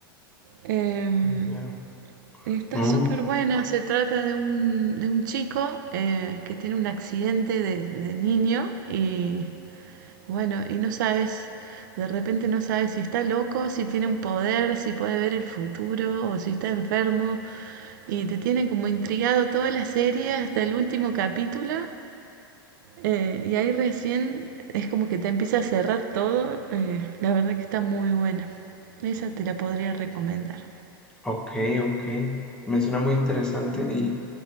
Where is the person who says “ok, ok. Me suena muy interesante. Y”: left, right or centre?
Centre